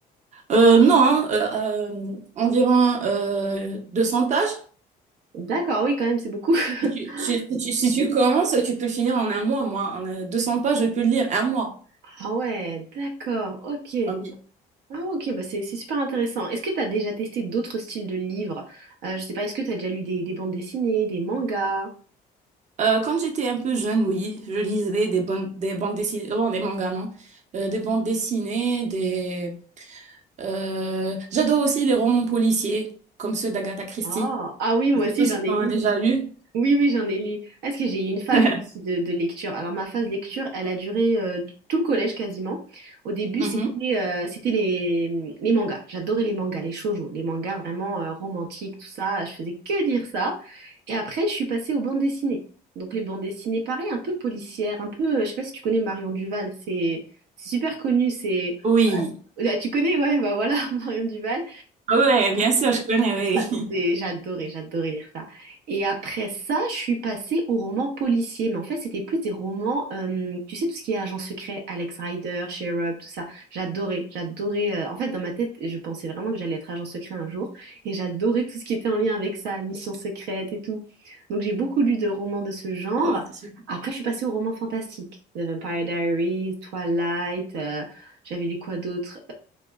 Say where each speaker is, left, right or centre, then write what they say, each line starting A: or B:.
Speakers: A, on the right (about 45°); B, on the right (about 85°).
A: Euh, non, hein, euh, euh, environ euh, 200 pages.
B: D'accord, oui, quand même, c'est beaucoup. <laughs>
A: Si tu, si si tu, si tu commences, tu peux finir en un mois, moi. En euh, 200 pages, je peux le lire un mois.
B: Ah ouais, d'accord, ok.
A: Ah oui.
B: Ah ok, bah c'est c'est super intéressant. Est-ce que tu as déjà testé d'autres styles de livres? Euh, je sais pas, est-ce que tu as déjà lu des, des bandes dessinées, des mangas?
A: Euh, quand j'étais un peu jeune, oui, je lisais des bonnes, des bandes dessinées, bon, des mangas, non, Euh, des bandes dessinées, des. euh, J'adore aussi les romans policiers, comme ceux d'Agatha Christie.
B: Ah, ah oui, moi
A: Je ne
B: aussi,
A: sais pas
B: j'en
A: si tu
B: ai
A: en
B: lu.
A: as déjà lu.
B: Oui, oui, j'en ai lu. Ah, Parce que j'ai eu une phase
A: <laughs>
B: moi aussi de, de lecture. Alors ma phase lecture, elle a duré euh, tout le collège quasiment. Au début,
A: Mhm.
B: c'était euh, c'était les, hum, les mangas. J'adorais les mangas, les shoujo, les mangas vraiment euh, romantiques, tout ça. Je faisais que lire ça. Et après, je suis passée aux bandes dessinées. Donc les bandes dessinées, pareil, un peu policières, un peu. euh, Je sais pas si tu connais Marion Duval. C'est c'est super connu. C'est
A: Oui.
B: Ah, tu connais, ouais, bah voilà, <laughs> Marion Duval.
A: Ah Ouais, bien sûr, je connais, oui.
B: Ah, c'était,
A: <laughs>
B: j'adorais, j'adorais lire ça. Et après ça, je suis passée aux romans policiers. Mais en fait, c'était plus des romans, euh, tu sais, tout ce qui est agent secret, Alex Rider, Sherlock, tout ça. J'adorais, j'adorais. euh, en fait, dans ma tête, je pensais vraiment que j'allais être agent secret un jour. Et j'adorais tout ce qui était en lien avec ça, Mission secrète et tout. Donc, j'ai beaucoup lu de romans de ce genre.
A: Oh, c'est super.
B: Après, je suis passée aux romans fantastiques. The Vampire Diaries, Twilight, euh, j'avais lu quoi d'autre?